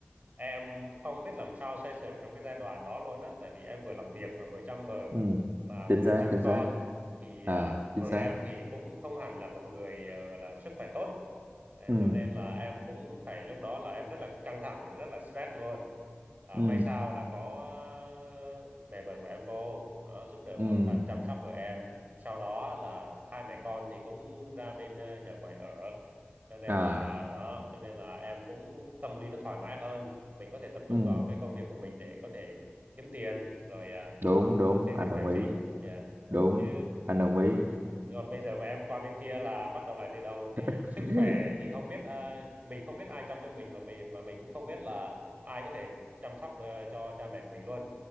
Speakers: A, on the right (about 40°); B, on the right (about 60°).
A: em không biết làm sao xoay sở trong cái giai đoạn đó luôn á tại vì em vừa làm việc mà vừa chăm vợ
B: ừ
A: mà vừa
B: chính xác
A: chăm
B: chính
A: con
B: xác
A: thì
B: à
A: à, vợ
B: chính xác
A: em thì cũng không hẳn là một người à, gọi là sức khỏe tốt À,
B: ừ
A: cho nên là em cũng phải lúc đó là em rất là căng thẳng rất là stress luôn à,
B: ừ
A: may sao là có ờ, mẹ vợ của em vô đó, giúp đỡ
B: ừ
A: một phần chăm sóc vợ em sau đó là hai mẹ con thì cũng ra bên ờ, nhà ngoài ở cho nên
B: à
A: là đó cho nên là em cũng tâm lý nó thoải mái hơn mình có thể tập trung
B: ừ,
A: vào cái công việc của mình để có thể kiếm tiền rồi à,
B: đúng đúng
A: xây
B: anh
A: dựng
B: đồng
A: tài
B: ý
A: chính yeah.
B: đúng
A: chứ
B: anh đồng ý
A: còn bây giờ mà em qua bên kia là bắt đầu lại từ đầu thì
B: <laughs>
A: sức khỏe thì không biết à, mình không biết ai chăm cho mình mà mình mà mình cũng không biết là ai có thể chăm sóc ờ, cho cha mẹ của mình luôn